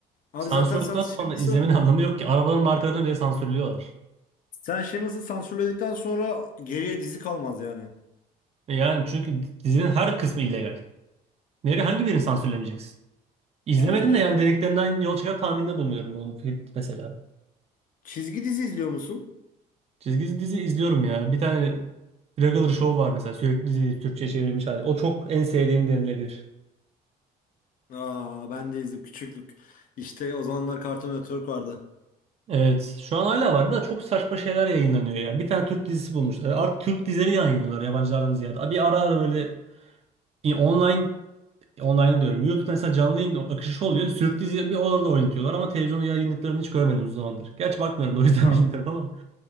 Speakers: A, on the left; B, on the right.
A: Abi
B: Sansür
A: zaten
B: olduktan
A: sen Shameless'ı
B: sonra izlemenin <laughs> anlamı yok ki. Arabaların markalarını bile sansürlüyorlar.
A: sen Shameless'ı sansürledikten sonra geriye dizi kalmaz yani.
B: E Yani çünkü dizinin her kısmı illegal. Nereye hangi birini sansürlemeyeceksin? İzlemedim
A: Aynen öyle.
B: de yani dediklerinden yol çıkar tahminde bulunuyorum onu fi- mesela.
A: Çizgi dizi izliyor musun?
B: Çizgi dizi izliyorum ya. Bir tane Regular Show var mesela sürekli dizi Türkçe'ye çevrilmiş hali. O çok en sevdiğim denilebilir.
A: Aa ben de izledim küçüklük. İşte o zamanlar Cartoon Network vardı.
B: Evet, şu an hala var da çok saçma şeyler yayınlanıyor ya. Bir tane Türk dizisi bulmuş. E, Artık Türk dizileri yayınlıyorlar yabancılardan ziyade. Bir ara ara böyle e, online Online'ı diyorum. YouTube mesela canlı yayın akışı oluyor. Sürüklü dizi bir orada oynatıyorlar ama televizyonda yayınlıklarını hiç görmedim uzun zamandır. Gerçi bakmıyorum da o yüzden
A: Ha,
B: <laughs> bilmiyorum ama